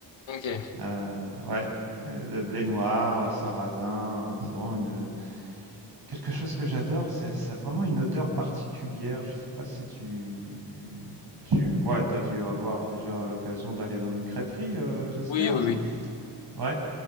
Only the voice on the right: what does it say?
Euh, ouais, le blé noir, sarrasin, euh, c'est vraiment une, Quelque chose que j'adore, c'est ça a vraiment une odeur particulière. Je sais pas si tu tu ouais, t'as dû avoir déjà l'occasion d'aller dans une crêperie, euh, j'espère.
Ouais.